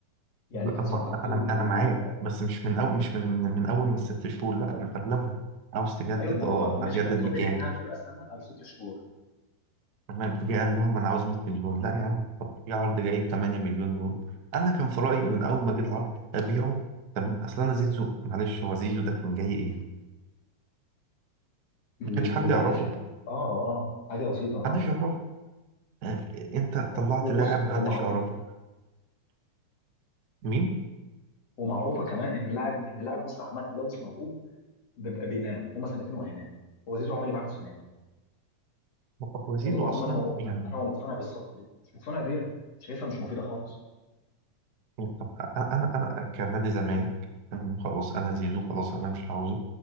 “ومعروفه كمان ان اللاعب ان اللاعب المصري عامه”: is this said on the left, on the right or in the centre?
Left